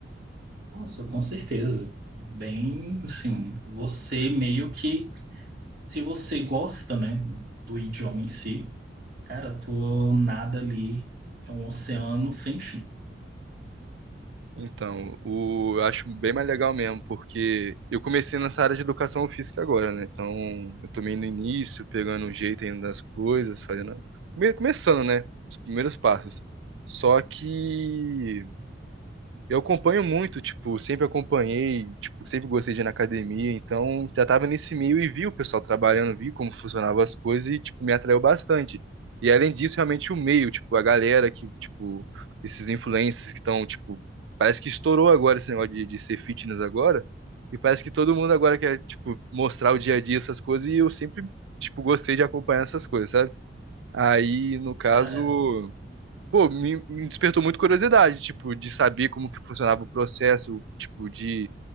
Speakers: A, on the right; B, on the right.
A: Nossa, com certeza. Bem, assim, você meio que, se você gosta, né, do idioma em si, cara, tu nada ali é um oceano sem fim.
B: Então, o, eu acho bem mais legal mesmo, porque eu comecei nessa área de educação física agora, né? Então, eu tô meio no início, pegando o jeito ainda das coisas, fazendo. meio Começando, né? Os primeiros passos. Só que. Eu acompanho muito, tipo, sempre acompanhei, tipo, sempre gostei de ir na academia, então já tava nesse meio e vi o pessoal trabalhando, vi como funcionavam as coisas e, tipo, me atraiu bastante. E além disso, realmente o meio, tipo, a galera que, tipo, esses influencers que estão, tipo, parece que estourou agora esse negócio de, de ser fitness agora, e parece que todo mundo agora quer, tipo, mostrar o dia a dia essas coisas e eu sempre, tipo, gostei de acompanhar essas coisas, sabe? Aí, no caso
A: Cara,
B: pô, me, me despertou muito curiosidade, tipo, de saber como que funcionava o processo, tipo, de,